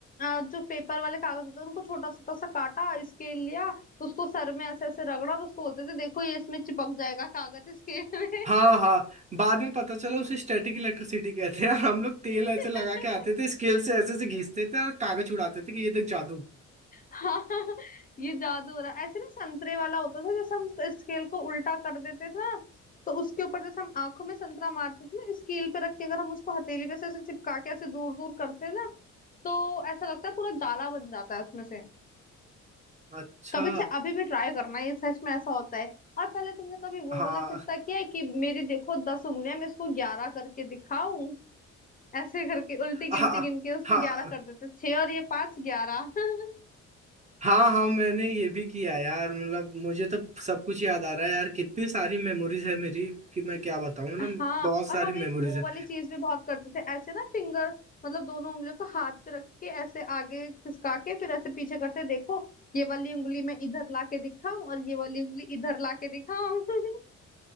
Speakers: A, on the left (about 30°); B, on the right (about 25°).
A: अ, जो पेपर वाले कागज होते थे उनको छोटा छोटा सा काटा स्केल लिया उसको सर में ऐसे ऐसे रगड़ा और उसको बोलते थे देखो ये इसमें चिपक जाएगा कागज स्केल में
B: हाँ हाँ बाद में पता चला उसे स्टैटिक इलेक्ट्रिसिटी कहते हैं और हम लोग तेल
A: <laughs>
B: ऐसे लगा के आते थे स्केल से ऐसे से घींचते थे और कागज उड़ाते थे कि ये देख जादू
A: हाँ ये जादू हो रहा है ऐसे ना संतरे वाला होता था जैसे हम स्केल को उल्टा कर देते थे ना तो उसके ऊपर जैसे हम आंखों में संतरा मारते थे ना स्केल पे रख के अगर हम उसको हथेली पे से ऐसे चिपका के ऐसे दूर दूर करते ना तो ऐसा लगता है पूरा जाला बन जाता है उसमें से
B: अच्छा
A: कभी चाहे अभी भी ट्राई करना ये सच में ऐसा होता है और पहले तुमने कभी वो
B: हाँ
A: वाला किस्सा किया है कि मेरी देखो दस उंगलियां मैं इसको ग्यारह करके दिखाऊं ऐसे करके उल्टी
B: हाँ
A: गिनती गिन के उसको
B: हाँ
A: ग्यारह कर देते छह और ये पांच ग्यारह <laughs>
B: हाँ हाँ मैंने ये भी किया यार मतलब मुझे तो सब कुछ याद आ रहा है यार कितनी सारी मेमोरीज है मेरी कि मैं क्या बताऊं मतलब
A: हाँ
B: बहुत सारी
A: और हम
B: मेमोरीज
A: एक वो
B: है
A: वाली चीज भी बहुत करते थे ऐसे ना फिंगर मतलब दोनों उंगलियों को हाथ पे रख के ऐसे आगे खिसका के फिर ऐसे पीछे करते देखो ये वाली उंगली मैं इधर ला के दिखाऊं और ये वाली उंगली इधर ला के दिखाऊं <laughs>